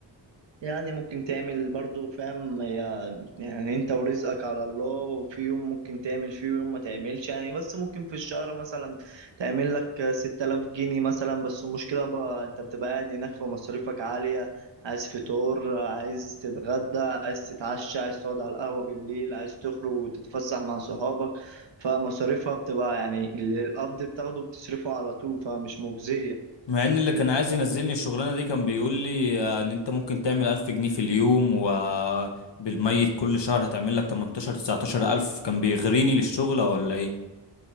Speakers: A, on the right; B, on the left.
A: يعني ممكن تعمل برضو فاهم يا- يعني انت ورزقك على الله وفي يوم ممكن تعمل فيه ويوم ما تعملش يعني بس ممكن في الشهر مثلا تعمل لك 6000 جنيه مثلا بس المشكلة بقى انت بتبقى قاعد هناك فمصاريفك عالية عايز فطور عايز تتغدى عايز تتعشى عايز تقعد على القهوة بالليل عايز تخرج وتتفسح مع صحابك فمصاريفها بتبقى يعني اللي القبض بتاخده بتصرفه على طول فمش مجزية
B: مع إن اللي كان عايز ينزلني الشغلانة دي كان بيقول لي آه، إن أنت ممكن تعمل ألف جنيه في اليوم وبالميت كل شهر هتعمل لك 18 19 ألف كان بيغريني للشغل ولا إيه